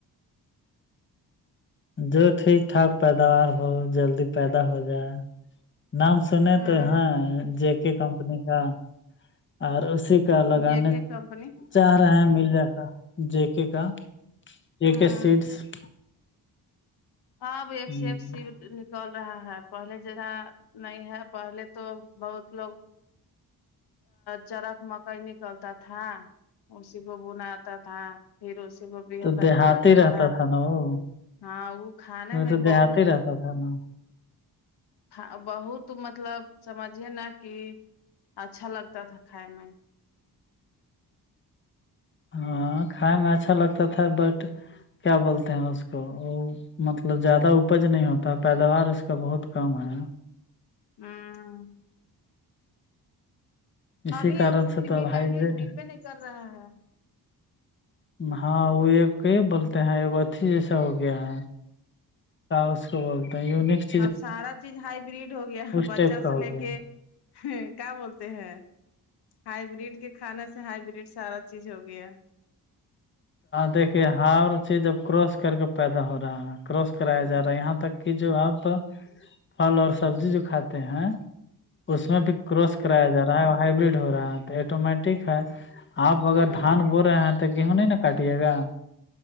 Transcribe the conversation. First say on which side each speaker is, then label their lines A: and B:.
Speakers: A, on the left (about 30°); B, on the left (about 80°).
A: جو ٹھیک ٹھاک پیداوار ہو جلدی پیدا ہو جائے نام سنے
B: ہوں
A: تو ہیں ج کے کمپنی کا اور اسی کا لگانے
B: جے کے کمپنی
A: چاہ رہے ہیں مل جا کر جے کے کا ایک
B: ہوں
A: سیڈس <inaudible>
B: ہاں وہ ایک
A: ہ
B: س ایک س <inaudible> کول رہا ہے پہلے جرا نہیں ہے پہلے تو بہت لوگ <inaudible> چرک مکئی نکلتا تھا اسی کو بناتا تھا پھر اسی کو بہن
A: تو
B: رکھا
A: دیہاتی
B: جاتا تھا
A: رہتا نا وہ
B: ہاں وہ کھانے
A: وہ
B: میں
A: تو
B: بہت
A: دیہاتی رہتا تھا نا
B: اا بہت مطلب سمجھیے نا کہ اچھا لگتا تھا کھائے میں
A: ہاں کھائے میں اچھا لگتا تھا بٹ کیا بولتے ہیں اس کو وہ مطلب زیادہ اپج نہیں ہوتا پیداوار اس کا بہت کم ہے
B: ہاں <inaudible>
A: اسی
B: ابھی
A: کارن
B: اب وہ
A: سے تو
B: ملا
A: ہائیبریڈ
B: ہی مل بھی نہیں کر رہا ہے
A: ہاں وہ ایک یہ بولتے ہیں ایک اھی جیسا ہو گیا ہے اس کو بولتاتے ہیں یو نکسٹ
B: اب سارا چیز ہائی بریڈ ہو گیا بچہ
A: ٹائپ کا
B: سے
A: ہو
B: لے
A: گیا
B: کے کیا بولتے ہیں ہائی برڈ کے کھانے سے ہائی بریڈ سارا چیز ہو گیا
A: دیکھیے ہار چیز اب کراس کر کے پیدا ہو رہا ہے کراس کرایا
B: ہ
A: جا رہا ہے یہاں تک کہ جو آپ پھل اور سبزی جو کھاتے ہیں اس میں بھی کراس کرایا جا رہا ہے ہائبرڈ ہو رہا ہے تو ایٹومیٹک ہے آپ اگر
B: ہاں
A: دھان بو رہے ہیں تو تو گیہوں نہیں نا کاٹیے گا <inaudible>